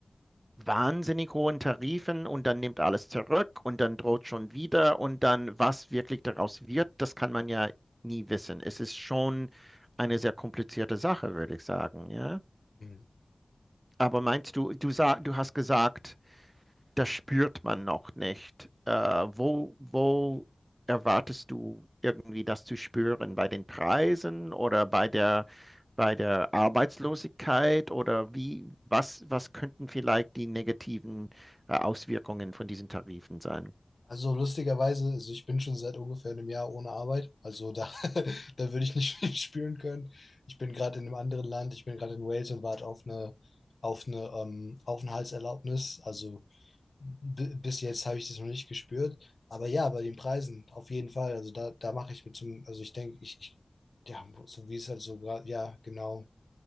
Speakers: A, on the right (about 30°); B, on the left (about 65°).
A: wahnsinnig hohen Tarifen und dann nimmt alles zurück und dann droht schon wieder und dann, was wirklich daraus wird, das kann man ja nie wissen. Es ist schon eine sehr komplizierte Sache, würde ich sagen, ja.
B: Hm.
A: Aber meinst du, du, sa du hast gesagt, das spürt man noch nicht. Äh, wo, wo erwartest du irgendwie das zu spüren? Bei den Preisen oder bei der, bei der Arbeitslosigkeit? Oder wie, was, was könnten vielleicht die negativen äh, Auswirkungen von diesen Tarifen sein?
B: Also lustigerweise, also ich bin schon seit ungefähr einem Jahr ohne Arbeit. Also da, <laughs> da würde ich nicht <laughs> viel spüren können. Ich bin gerade in einem anderen Land, ich bin gerade in Wales und warte auf eine, auf eine ähm, Aufenthaltserlaubnis. Also bi- bis jetzt habe ich das noch nicht gespürt. Aber ja, bei den Preisen, auf jeden Fall. Also da, da mache ich mir zum, also ich denke, ich, ich, ja, so wie es halt so gerade, ja, genau,